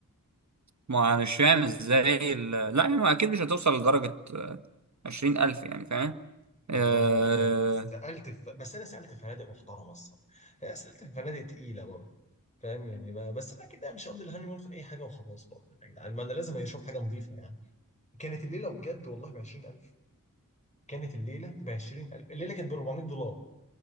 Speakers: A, on the right; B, on the left.
A: ما انا مش فاهم ازاي ال... لا يا عم اكيد مش هتوصل لدرجة عشرين ألف يعني فاهم آه،
B: والله انا انا سالت في بس انا سالت في فنادق محترمه الصراحه يعني سالت في فنادق تقيله برضه فاهم يعني ب- بس انا كده مش هقضي الهاني مون في اي حاجه وخلاص برضه يا جدعان ما انا لازم اشوف حاجه نظيفه يعني كانت الليله بجد والله ب 20000 كانت الليله ب 20000 الليله كانت ب 400 دولار